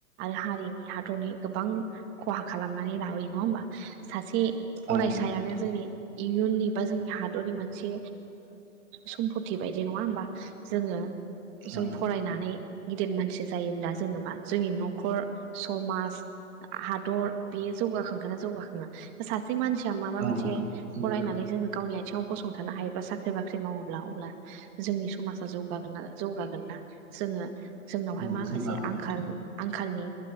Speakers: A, on the right; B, on the right.
A: आरो हारिनि हादरनि गोबां खहा खालामनानै लाबोयो नङा होमबा सासे फरायसायानो
B: औ नंगौ नोंथां
A: जोंनि इयुननि बा जोंनि हादरनि मोनसे सम्पथि बायदि नङा होमबा जोंङो जों
B: औ
A: फरायनानै गिदिर मानसि जायोब्ला जोङो मा जोंनि न'खर समाज हादर बेयो जौगाखांगोना जौगाखाङा सासे से मानसिया माबा
B: औ
A: मोनसे
B: नंगौ जौगाखां
A: फरायनानै जोंङो गावनि बिथिङाव गसंथानो हायोबा साख्रि बाख्रि मावोब्ला अब्ला जोंनि समाजा जौगागोना जौगागोन ना जोंङो जोंनावहाय
B: औ
A: माखासे
B: जौगागोन
A: आंखाल
B: नोंथां
A: आंखालनि